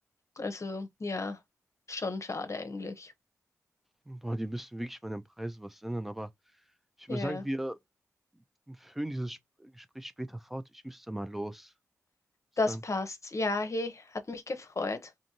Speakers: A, on the left; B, in the centre.
A: Also ja, schon schade eigentlich.
B: Boah, die müssen wirklich mal an den Preisen was ändern, aber ich würde
A: Ja,
B: sagen, wir führen dieses Sp- Gespräch später fort. Ich müsste mal los. Bis
A: das
B: dann.
A: passt. Ja, hey, hat mich gefreut.